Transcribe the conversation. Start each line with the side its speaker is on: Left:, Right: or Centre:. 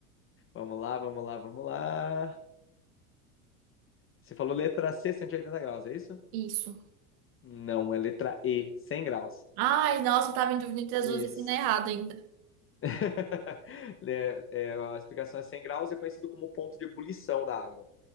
Left: Vamos lá, vamos lá, vamos lá. Você falou letra C, 180 graus, é isso?
Right: isso.
Left: Não, é letra E, 100 graus.
Right: Ai, nossa, eu tava em dúvida entre Azul
Left: Isso.
Right: e Fina errado ainda.
Left: <laughs> É, é, a explicação é 100 graus, é conhecido como ponto de ebulição da água.